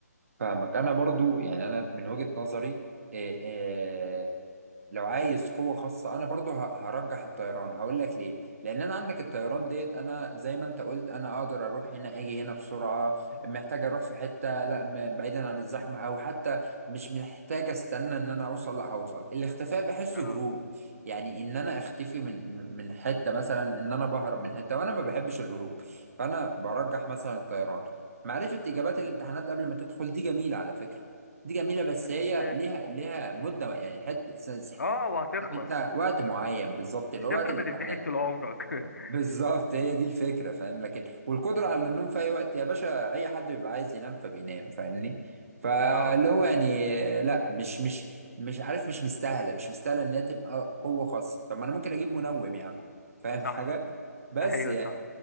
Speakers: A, on the right; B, on the left.
A: فاهمك انا برضو يعني انا من وجهه نظري آه، آه، لو عايز قوة خاصة أنا برضو ه- هرجح الطيران هقول لك ليه لأن أنا عندك الطيران ديت أنا زي ما أنت قلت أنا أقدر أروح هنا أجي هنا بسرعة محتاج أروح في حتة لا م- بعيدا عن الزحمة أو حتى مش محتاج أستنى إن أنا أوصل لا هوصل الاختفاء بحسه
B: اه
A: هروب يعني إن أنا أختفي من من حتة مثلا إن أنا بهرب من حتة وأنا ما بحبش الهروب فأنا برجح مثلا الطيران معرفة إجابات الامتحانات قبل ما تدخل دي جميلة على فكرة دي جميلة بس
B: بس
A: هي ليها ليها مدة يعني حتة س- س-
B: اه وهتخلص
A: عارف انت وقت معين بالظبط اللي
B: مش
A: هو
B: هتفضل
A: وقت الامتحانات
B: بتمتحن طول عمرك
A: <laughs>
B: <laughs>
A: بالظبط هي دي الفكرة فاهم لكن والقدرة على النوم في أي وقت يا باشا أي حد بيبقى عايز ينام فبينام فاهمني فاللي
B: اه
A: هو يعني لا مش مش مش عارف مش مستاهلة مش مستاهلة إنها تبقى قوة خاصة طب ما أنا ممكن أجيب منوم يا عم فاهم
B: صح
A: حاجة بس
B: ايوه
A: يعني
B: صح